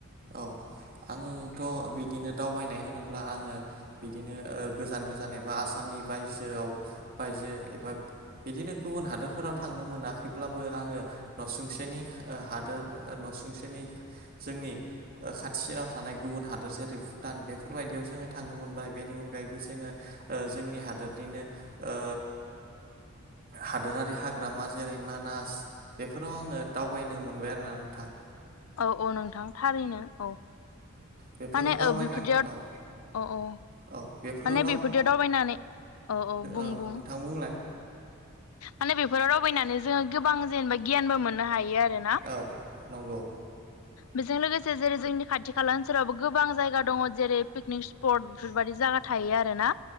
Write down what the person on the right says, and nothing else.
औ। आंथ बिदिनो दावबायनाय होनोब्ला आङो बिदिनो गोजान गोजान एबा आसाम। नि बायजोआव बायजो एबा बिदिनो गुबुन हादोरफोराव थांनो मोनाखैब्लाबो आङो नसुंसेनि ओ हादोर सुंसेनि जोंनि। ओ खाथिनाव थानाय गुबुन हादोर जेरै भुटान बेफोरबायदियाव जोङो थांनो मोनबाय बेनि अनगायैबो जोङो ओ जोंनि हादोरनिनो ओ
हादोरारि हाग्रामा जेरै मानास बेफोराव आङो दावबायनो मोनबाय आरोना नोंथां
बेफोराव
दावबायनानै
औ
औ बेफोराव
औ
नोंथां बुंलाय
औ नंगौ।